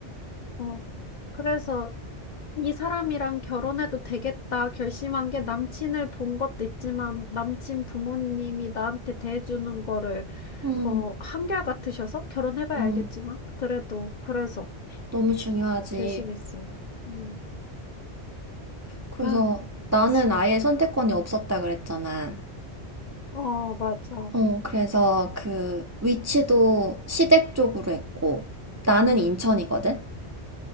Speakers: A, on the left (about 50°); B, on the right (about 25°).
A: 어 그래서 '이 사람이랑 결혼해도 되겠다.' 결심한 게 남친을 본 것도 있지만 남친 부모님이 나한테 대해주는 거를
B: 음,
A: 어 한결같으셔서 결혼해 봐야
B: 음,
A: 알겠지만 그래도 그래서
B: 너무 중요하지.
A: 결심했어. 음.
B: 그래서
A: 아
B: 나는
A: 시
B: 아예 선택권이 없었다 그랬잖아.
A: 어 맞아.
B: 어, 그래서 그 위치도 시댁 쪽으로 했고, 나는 인천이거든?